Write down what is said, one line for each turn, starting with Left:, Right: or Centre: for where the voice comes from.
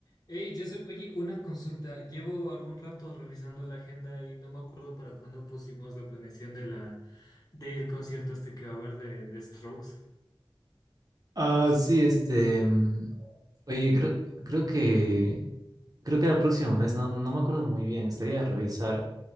Left: Hey, Joseph, oye, una consulta. Llevo algún rato revisando la agenda y no me acuerdo para cuándo pusimos la planeación de la del concierto este que va a haber de, de Strokes.
Right: Ah, sí, este. mm, Oye, creo, creo que. Creo que era el próximo mes, no, no me acuerdo muy bien, estaría a revisar.